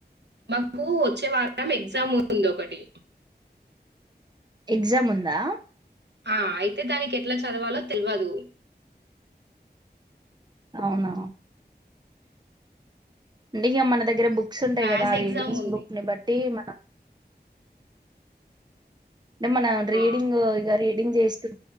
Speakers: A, on the right (about 80°); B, on the right (about 25°).
A: మాకూ వత్ వచ్చే వారం ఎగ్జామ్ ఉంది ఒకటి
B: ఎగ్జామ్ ఉందా
A: ఆ అయితే దానికి ఎట్లా చదవాలో తెల్వదు
B: అవునా అంటే ఇ మన దగ్గర బుక్ బుక్స్ ఉంటాయి
A: మ్యాథ్స్
B: కదా
A: ఎగ్జామ్
B: రీడింగ్స్
A: ఉంది.
B: బుక్ ని బట్టి మన్ నిమ్మన రేడింగ్
A: ఆ!
B: ఇగ రీ డింగ్ చేస్త